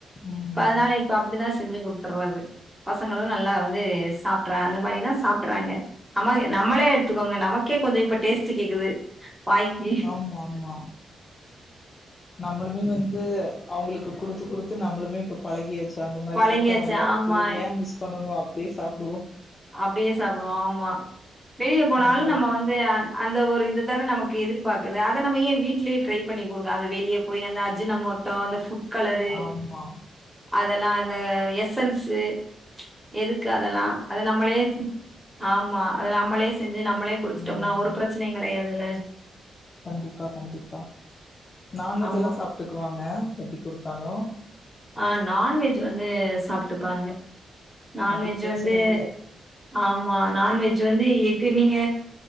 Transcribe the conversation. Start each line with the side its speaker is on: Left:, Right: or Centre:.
Left: ம்
Centre: இப்ப அதனால இப்ப இப்படிதா செஞ்சு குடுத்துர்றது பசங்களும் நல்லா வந்து சாப்ட்றா அந்த மாரிலா சாப்ட் றாங்க நம் நம்மளே எடுத்துக்கோங்க நம க்கே கொஞ்சோ இப்ப டேஸ்ட் கேக்குது வாய்க்கி
Left: ஆமா ஆமா நம்மளுமே வந்து அவங்களுக்கு கு டுத்து குடுத்து நம்மளுமே இப்ப பழகியாச்சு அந்த மாரி
Centre: பழகியாச்சு
Left: சாப்ட்டா நல்லாருக்கு
Centre: ஆமா.
Left: ஏன் மிஸ் பண்ணனு அப்படியே சாப்டுவோ
Centre: அப்படியே சாப்டுவோ ஆமா வெளிய போனாலு
Left: அந்த
Centre: நம்ம வந்து அந்த ஒரு இது தான நமக்கு எதிர்பாக்குது அதை நம்ம ஏன் வீட்லயே ட்ரை பண்ணி குடுக்கல அந்த வெளிய போய் அந்த அஜினமோட்டோ அந்த ஃபுட் கலரு
Left: ஆமா
Centre: அதெல்லா இந்த எசன்ஸு எதுக்கு அதெல்லா அத நம்மளே ஆமா அத நம்மளே செஞ்சு நம்மளே குடுத்துட்டோம்னா
Left: ம்
Centre: ஒரு பிரச்சனையு கிடையாதுல்ல
Left: கண்டிப்பா கண்டிப்பா நான்வெஜ்ல்லா
Centre: ஆமா
Left: சாப்ட்டுக்குவாங்க எப்டி குடுத்தாலு
Centre: ஆ நான்வெஜ் வந்து சாப்ட்டுப்பாங்க நான்வெஜ்
Left: அது பிரச்சன
Centre: வந்து
Left: இல்ல
Centre: ஆமா நான்வெஜ் வந்து எக்கு நீங்க